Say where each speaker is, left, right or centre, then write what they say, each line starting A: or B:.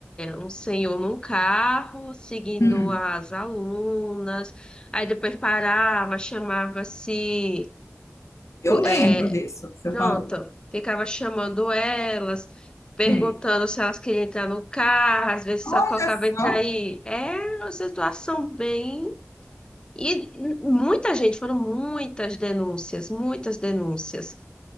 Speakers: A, on the left (about 20°); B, on the left (about 70°).
A: um senhor num carro, seguindo
B: Hum,
A: as alunas, aí depois parava, chamava-se
B: eu lembro
A: é,
B: disso que você
A: Pronto,
B: falou.
A: ficava chamando elas, perguntando
B: Sim.
A: se elas queriam entrar no carro, às vezes
B: Olha
A: só colocava entrar
B: só,
A: aí. Era uma situação bem. E muita gente, foram muitas denúncias, muitas denúncias.